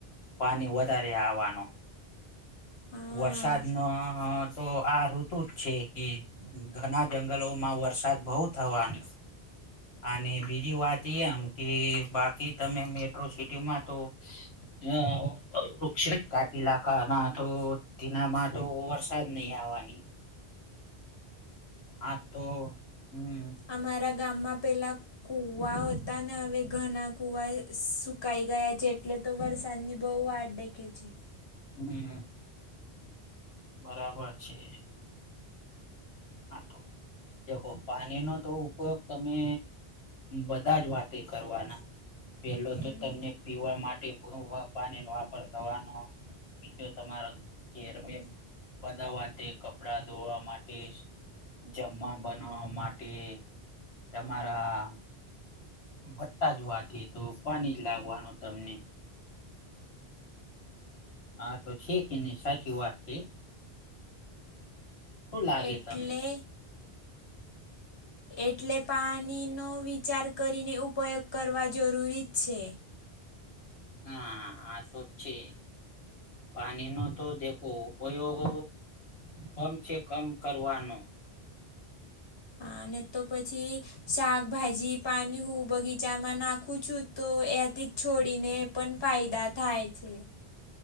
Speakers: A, on the left; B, on the left.
A: પાણી વધારે આવવાનો.
B: હા
A: વરસાદ ન તો આ ઋતુ જ છે કે ઘણા જંગલો માં વરસાદ બહુ થવાની અને બીજી વાત એ એમ કે બાકી તમે મેટ્રો સિટીમાં તો હ વૃક્ષ જ કાટી લાકા ના તો તેના માટે વરસાદ નય આવવાની હા તો હમ્મ
B: અમારા ગામમાં પેલાં કુવા હતા ને હવે ઘણા કુવા સુકાઈ ગયા છે એટલે તો વર્ષાની બહુ વાટ દેખે છે.
A: હમ્મ. બરાબર છે. હા દેખો પાણીનો તો ઉપયોગ તમે બધા જ વાતે કરવાના. પેલો
B: હમ.
A: તો તમને પીવા માટે <unintelligible> પાણી નો વાપર કરવાનો. બીજો તમાતો <unintelligible> બધા વાતે કપડા ધોવા માટે જમવા બનાવા માટે તમારા ભટ્ટા જવાથી તો પાણી જ લાગવાનું તમને હા તો છે કે નઈ સાચી વાત છે. શું લાગે
B: એટલે
A: તમને
B: એટલે પાણીનો વિચાર કરીને ઉપયોગ કરવા જરૂરી જ છે.
A: હા આ તો છે. પાણી નો તો દેખો ઉપયોગ કમ છે કમ કરવાનું.
B: અને તો પછી શાકભાજી પાણી હું બગીચામાં નાખું છું તો એથી છોડીને પણ ફાયદા થાય છે.